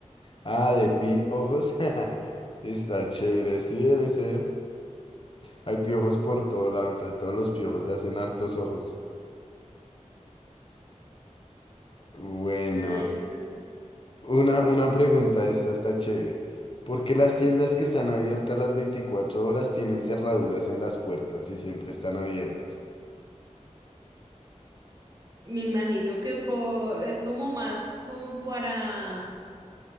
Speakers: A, on the left (about 45°); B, on the right (about 30°).
A: Ah, de piojos. <laughs> Está chévere, sí debe ser. Hay piojos por todo lado, entre todos los piojos hacen hartos ojos. Bueno.
B: Ay, no.
A: Una, una pregunta, esta está chévere. ¿Por qué las tiendas que están abiertas las 24 horas tienen cerraduras en las puertas y siempre están abiertas?
B: Me imagino que por, es como más como para,